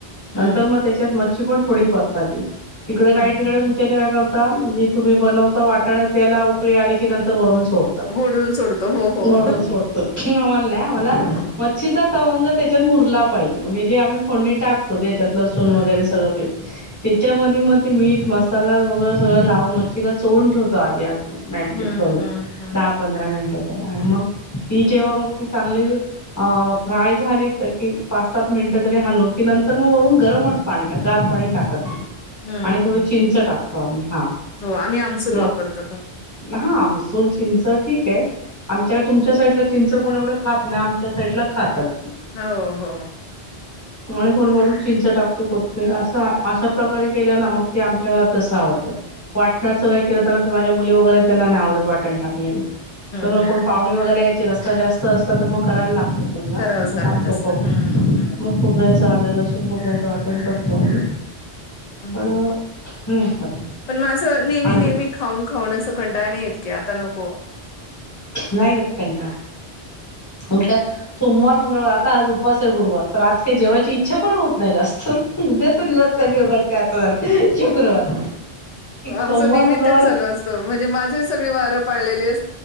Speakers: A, on the left (about 55°); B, on the left (about 15°).
A: हं,
B: नंतर मग त्याच्यात मच्छी पण थोडी परतायची तिकड काय
A: हं,
B: तिकंड
A: हं.
B: तुम- त्याज काय करता? जी तुम्ही बनवता वाटणं त्याला उकळी आली की नंतर वरून सोड वरून
A: होडून सोडतो. हो, हो.
B: सोडतात आम्हाला नाही आम्हाला मच्छीचा तवंग त्याच्यात मुरला पाहिजे, म्हणजे जे आम्ही फोडणी टाक त्याच्यात लसुण
A: हं,
B: वगैरे सगळं पी त्याच्यामध्ये मग ते मीठ मसाला वगैरे सगळं सगळ लावून मच्छीला चोळून ठेवतो आधी आम्ही मॅडिटेट
A: हं,
B: करून
A: हं, हं.
B: दहा पंधरा मिनिटं तरी आणि मग ती जेव्हा मग ती चांगली अ फ्राय झाली की पाच सात मिनिटं तरी हालून की नंत तर मग वरून गरमच पाणी गार पाणी टाकत नाय,
A: हं,
B: आणि थोडी
A: हं.
B: चिंच टाकतो आम्ही हा
A: हो आम्ही आमसुल
B: मग
A: वापरतो
B: हा आमसूल चिंच ठीकय आमच्याक तुमच्या साईडला चिंच कोण एवढं खात नाय, आमच्या साईडला खातात
A: हो हो
B: कोणे <inaudible> थोडीवरून चिंच टाकतो, कोथमीेर असं अशा प्रकारे केल्या ना मग ते आमच्या तसं आवडतं वाटणाच
A: हं,
B: काय केलं तर माझ्या मुली वगैरे त्यांना नाय आवडत वाटण टाकलेलं तर मग
A: हं,
B: कोण पाहुणी,
A: हं.
B: वगैरे यायची रस्सा जास्त तर मग करायला लागतंच
A: करावंच लागत असेल. हं, हं,
B: म <inaudible> खोबऱ्याचं, आलं, लसून, खोबऱ्याचं वाटण करतो आम्ही
A: हम्
B: पण
A: हा
B: नाही करत
A: पण मग असं नेहमी
B: आणि
A: नेहमी खाऊन खाऊन असं कंटाळ नायी येत की आता नको
B: नायी येत कंटाळा उलट सोमवार, मंगळवार आता आज उपवासय गुरुवार आज काय
A: हं.
B: जेवायची इच्छा पण होत नाय जास् उद्याच दिवस कधी उजाडते असं झालंय, शुक्रवार
A: आमचं
B: सोमवार
A: नेहमी
B: मंगळवार
A: तेच चालू असतं म्हणजे माझे सगळे वारं पाळलेले अस